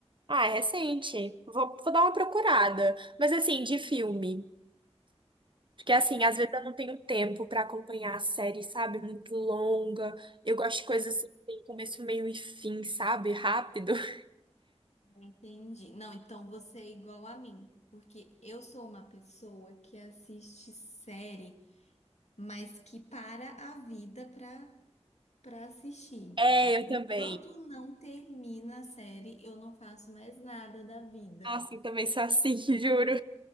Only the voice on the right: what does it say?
Ah, é recente. Vou, vou dar uma procurada. Mas assim, de filme. Porque assim, às vezes eu não tenho tempo pra acompanhar a série, sabe? Muito longa. Eu gosto de coisas que tem começo, meio e fim, sabe? Rápido. <laughs>
É,
eu
também.
Nossa, eu também sou assim, <laughs> juro.